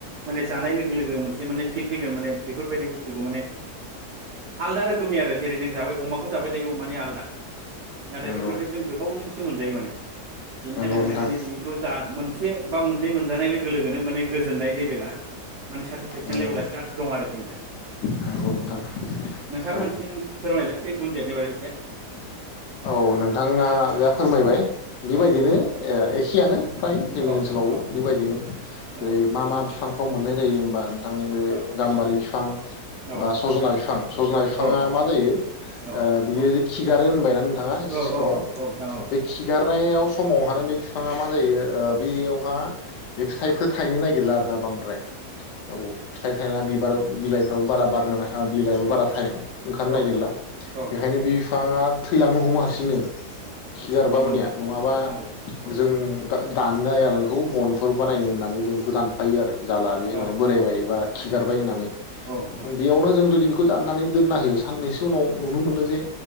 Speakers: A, on the right; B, on the left.
A: माने जानाय लोगो लोगो मोनसे माने फिल फैगोन माने बेफोरबायदि बुस्थुखौ माने आलदा रोखोमनि आरो जेरै जों जाबाय अमाखौ जाबाय थायो अमानि आलदा नाथाय
B: नंगौ
A: बेफोर जों गोबावजोंसो मोनजायो माने बेनि
B: नंगौ
A: थाखायनो
B: नोंथां
A: माने बेखौ जा मोन मोनसे बा मोननै मोनजानाय लोगो लोगोनो माने गोजोननाय लेभेला माने सेटिसफेकसन
B: नंगौ
A: लेभेला बिराद दं आरोखि नोंथां
B: नंगौ नोंथां
A: उ नोंथांमोननिथिं
B: औ
A: फोरमायलाय बे गुनजितनि बारै एसे
B: औ नोंथाङा जा फोरमायबाय बेबायदिनो
A: औ
B: ओ एखेयानो फ्राय जोंनि
A: औ नोंथां
B: ओनसोलावबो
A: औ
B: बेबायदिनो जेरै
A: औ
B: मा मा बिफां थाव मोननाय जायो होमबा आं बे
A: औ
B: गाम्बारि बिफां
A: औ
B: बा सजना बिफां सजना बिफाङा
A: औ नोंथां
B: मा जायो ओ
A: औ
B: बियो खिगारो होनबायना नोंथाङा एसे
A: औ
B: सिगाङाव
A: औ औ औ नोंथां औ
B: बे खिगार नायाव समाव हानो बे बिफाङा मा जायो ओ बेयावहा
A: औ
B: बे फिथाइफोर थायनो नागिरला आरो दा बां औ फिथाइ थायना बिबार बिलाइफ्राबो बारा बारनो बिलाइआबो
A: औ
B: बारा थाइ ओंखारनो
A: औ नोंथां
B: नागिरला
A: औ नोंथां
B: बेखायनो बे बिफाङा थैलांनो हमो हारसि सिंनो खिगारबा
A: नंगौ
B: मानिया
A: नोंथां
B: नङाबा
A: नंगौ औ
B: जों दा- दाननो हायो आरो बेखौ बनफोर बानायनो होननानै जों बेखौ दानफायो आरो जाला बे होननानै
A: औ नोंथां
B: बोरायबाय
A: औ
B: बा खिगारबाय होननानै
A: औ औ नोंथां
B: बेयावनो जों जुदि खौ दाननानै दोनना होयो साननैसो उनाव नुनो मोनो जे